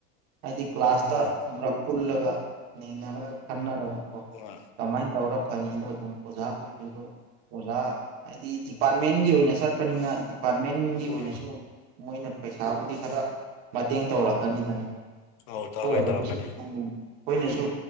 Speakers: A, on the right; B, on the left.
A: ꯍꯥꯏꯗꯤ ꯀ꯭ꯂꯥꯁꯇ
B: ꯎꯝ
A: ꯑꯃꯨꯔꯛ ꯄꯨꯜꯂꯒ ꯅꯩꯅꯔꯒ ꯈꯟꯅꯔꯒꯀꯣ
B: <unintelligible>
A: ꯀꯃꯥꯏꯅ ꯇꯧꯔ ꯐꯅꯤꯗꯣ ꯑꯗꯨꯝ ꯑꯣꯖꯥ ꯈꯣꯏꯗꯁꯨ ꯑꯣꯖꯥ ꯍꯥꯏꯗꯤ ꯗꯤꯄꯥꯔꯠꯃꯦꯟꯒꯤ ꯑꯣꯏꯅ ꯆꯠꯄꯅꯤꯅ ꯗꯤꯄꯥꯔꯠꯃꯦꯟꯒꯤ
B: ꯎꯝ
A: ꯑꯣꯏꯅꯁꯨ ꯃꯣꯏꯅ ꯄꯩꯁꯥꯕꯨꯗꯤ ꯈꯔ ꯃꯇꯦꯡ ꯇꯧꯔꯛꯀꯅꯤꯗꯅ
B: ꯑꯧ
A: ꯑꯗꯨ
B: ꯇꯧꯔꯛꯀꯅꯤ
A: ꯑꯣꯏꯔꯒꯁꯨ
B: ꯇꯧꯔꯛꯀꯅꯤ
A: ꯑꯗꯨꯝ ꯑꯩꯈꯣꯏꯅꯁꯨ